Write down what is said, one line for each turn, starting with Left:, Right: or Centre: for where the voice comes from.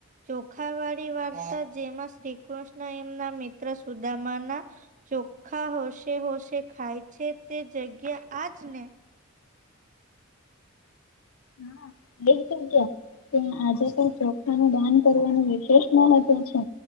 Right: ચોખાવાળી વાર્તા જેમાં શ્રીકૃષ્ણ એમના મિત્ર સુદામાના ચોખ્ખા હોશે હોશે ખાય છે તે જગ્યા આજ ને?
Left: ના બિક ગયા કે આજે પણ ચોખા નું દાન કરવાનું વિશેષ મહત્વ છે.